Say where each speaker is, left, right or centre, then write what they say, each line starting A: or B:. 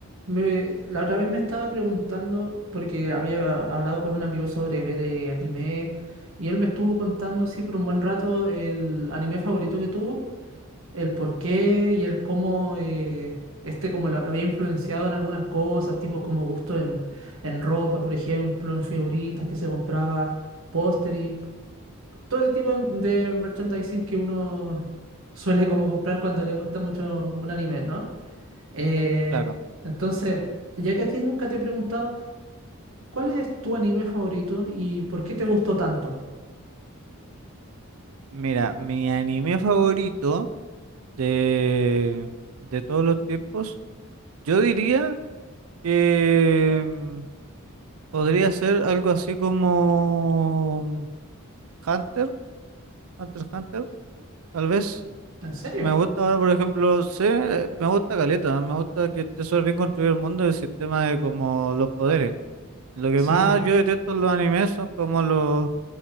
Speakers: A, on the right (about 65°); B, on the right (about 80°).
A: Me, la otra vez me estaba preguntando, porque había hablado con un amigo sobre ver eh, anime, y él me estuvo contando, sí, por un buen rato, el anime favorito que tuvo, el por qué y el cómo eh, este como lo, lo había influenciado en algunas cosas, tipo como gusto en, en ropa, por ejemplo, en figuritas que se compraba, póster y todo el tipo de de merchandising que uno suele como comprar cuando le gusta mucho un anime, ¿no? Eh,
B: Claro,
A: entonces, ya que a ti nunca te he preguntado, ¿cuál es tu anime favorito y por qué te gustó tanto?
B: mira, mi anime favorito de, de todos los tiempos, yo diría que mm, podría ser algo así como Hunter, Hunter, x Hunter, tal vez.
A: ¿En serio?
B: Me gusta ahora, por ejemplo, sé, me gusta Caleta, me gusta que esté súper bien construido el mundo y el sistema de como los poderes. Lo que
A: Sí,
B: más yo detesto en los animes son como los,